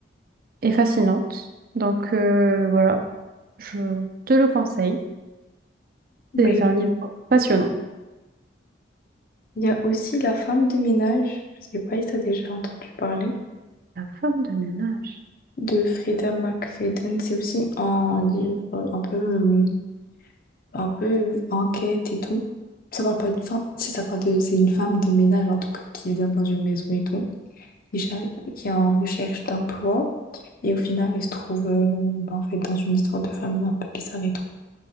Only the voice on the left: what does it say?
Mais
il y a aussi La femme de ménage. Je sais pas si t'as déjà entendu parler.
de Frida McFadden. C'est aussi un livre un peu, euh, un peu enquête et tout. Ça parle pas d'une femme, si ça parle de, c'est une femme de ménage en tout cas qui vient dans une maison et tout, qui, cher- qui est en recherche d'emploi et au final elle se trouve euh, bah, en fait dans une histoire de famille un peu bizarre et tout.